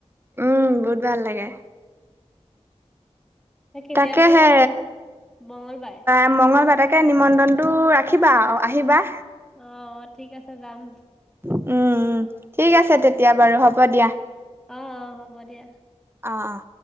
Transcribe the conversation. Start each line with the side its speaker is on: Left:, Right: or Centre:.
Right: উম, বহুত ভাল লাগে।
Centre: এই কেতিয়া
Right: তাকেহে
Centre: বুলি কলা মঙলবাৰে?
Right: মংগলবাৰ তাকে নিমন্ত্ৰণটো ৰাখিবা আৰু আহিবা।
Centre: অ', ঠিক আছে যাম।
Right: উম, উম, ঠিক আছে তেতিয়া বাৰু হ'ব দিয়া।
Centre: অ', অ', হ'ব দিয়া।
Right: অ', অ'।